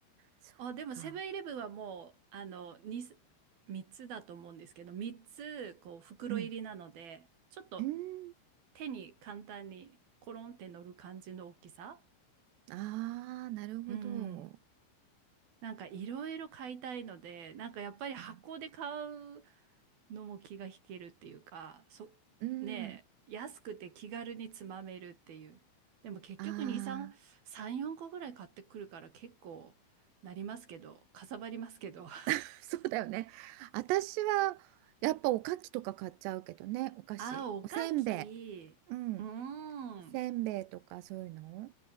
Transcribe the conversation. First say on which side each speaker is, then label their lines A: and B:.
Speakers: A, on the right; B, on the right.
A: そっか
B: あ、でもセブンイレブンはもう、あの、2、3つだと思うんですけど、3つ、こう、袋入りなので、
A: うん
B: ちょっと
A: うん
B: 手に簡単にコロンって乗る感じの大きさ。
A: ああーなるほど
B: うん。なんかいろいろ買いたいので、なんかやっぱり箱で買う
A: うん
B: のも気が引けるっていうか、そ、
A: うん
B: ねえ、安くて気軽につまめるっていう。でも結局2、
A: ああー
B: 3、3、4個ぐらい買ってくるから結構なりますけど、かさばりますけど。<laughs>
A: <laughs> そうだよね私はやっぱおかきとか買っちゃうけどねお菓子おせんべ
B: あ、おかき。
A: いうん
B: うーん。
A: せんべいとかそういうの